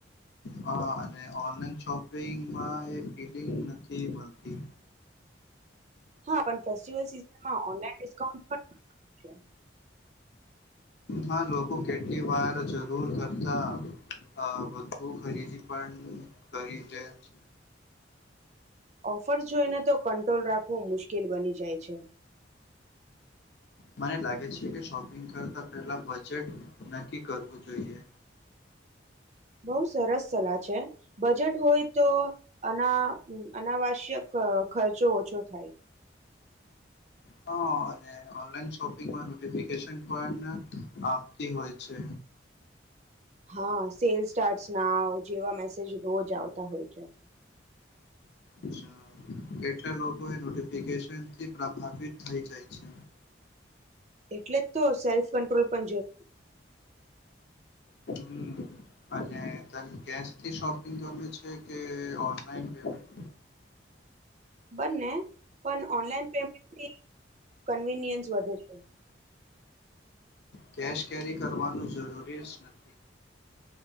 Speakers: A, on the left; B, on the right.
A: હા અને ઓનલાઈન શોપિંગમાં એ ફીલિંગ નથી મળતી.
B: હા પણ ફેસ્ટિવલ સીઝનમાં ઓનલાઇન ડિસ્કાઉન્ટ પણ મળે છે
A: હા લોકો કેટલી વાર જરૂર કરતા અ વધુ ખરીદી પણ કરી દે છે.
B: ઓફરસ જોઈને તો કંટ્રોલ રાખવું મુશ્કેલ બની જાય છે.
A: મને લાગે છે કે શોપિંગ કરતાં પહેલા બજેટ નક્કી કરવું જોઈએ.
B: બહુ સરસ સલાહ છે બજેટ હોય તો અના અનાવશ્યક ખર્ચો ઓછો થાય.
A: હ ઓનલાઇન શોપિંગ મા નોટફિકેશન પણ આવતી હોય છે.
B: હા સેલ સ્ટાર્ટ ના જેવા મેસેજ રોજ આવતા હોય છે.
A: અચ્છા કેટલા લોકો એ નોટિફિકેશનથી પ્રભાવિત થઈ જાય છે.
B: એટલે. તો સેલ્ફ કંટ્રોલ પણ જરૂરી
A: હમ્મ અને તને કેશથી શોપિંગ ગમે છે કે ઓનલાઈન પેમેન્ટ
B: બંને પણ ઓનલાઈન પેમેન્ટથી કન્વીનિયન્સ વધે છે.
A: કેશ કેરી કરવાનું જરૂરી જ નથી.